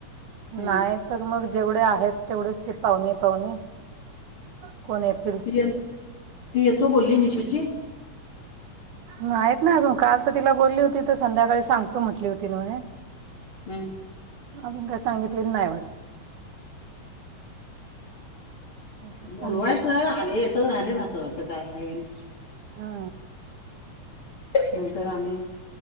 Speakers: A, on the left; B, on the right.
A: हम्म
B: नाही तर मग जेवढे आहेत तेवढेच ते पावणे पावणे कोण येत
A: ती ती येतो बोली निशुची.
B: माहित नाय अजून काल तर तिला बोलली होती तर संध्याकाळी सांगतो म्हटली होती म्हणे.
A: हम्म.
B: अजून काय सांगितल नाही वाटते. आता सांगेल
A: बोलवायचं. आले येतात राहिल राहत. आता काय ह नाही.
B: हा.
A: नंतर आणि